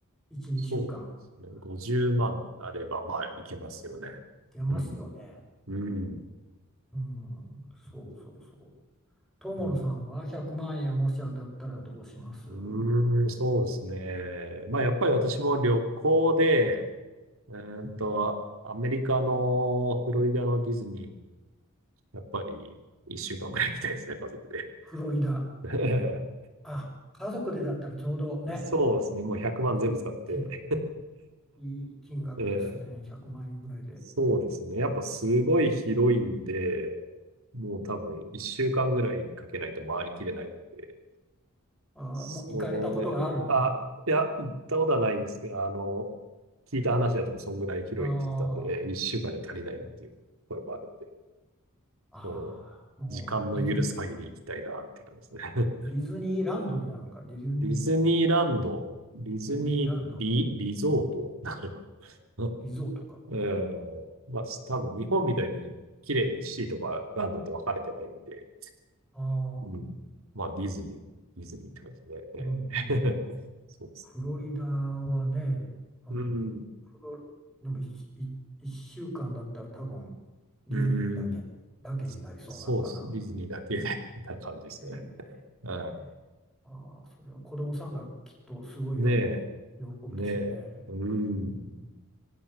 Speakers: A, in the centre; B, on the right.
A: 1、2週間、
B: そうですね。50万あれば、
A: うん、
B: まあ、いけますよね。
A: 行けますよね。
B: うん、うん。
A: うん、そうそうそう。友野さんは100万円もし当たったらどうしますう
B: うん、うーん、そうですね。まあ、やっぱり私も旅行で、うーんと、
A: ん、
B: アメリカのフロリダのディズニーに、やっぱり一週間ぐらい行きたいですね、家族で。
A: フロリダ。
B: <laughs>
A: あ、家族でだったらちょうどね、
B: そうですね。もう100万全部使って。
A: いい金額、いい金額ですね。
B: <laughs> ええ
A: 100万円ぐらいで。
B: そうですね。やっぱすごい広いんで、もう多分一週間ぐらいかけないと回りきれないんで。
A: あーもう行かれたことがあるの
B: それ、あ、いや、行ったことはないんですけど、あの、聞いた話だとそんぐらい広いって言ってたんで、
A: ああ、
B: えー一週間じゃ足りないっていう声もあるんで、
A: えーああ、
B: そう、
A: もうディズニー、
B: 時間の許す限り行きたいなって感じですね。<laughs>
A: ディズニーランドになるんか。ディズニー、
B: ディズニーランド、ディズニーリ、
A: ディズニーランド、
B: リゾートなのかな。<laughs>
A: リゾートか。
B: うん、まあ、多分日本みたいに綺麗にシーとかランドって分かれてないんで、
A: ああ、
B: うん、まあ、ディズニー、ディズニーって感じで、えー
A: うんうんうん。
B: <laughs> そうですね。
A: フロリダはね、うん、
B: うん。
A: フロでも1週間だったら多分ディズニーだけに、
B: うーん。
A: だけになりそうなのかな。
B: そうっす。ディズニーだけで <laughs> な感じですね。
A: えーねえーまあーそれは子供さんがきっとすごい喜ぶ、
B: うん。ねえ、
A: 喜ぶでしょうね。
B: ねえ。うーん。
A: うん、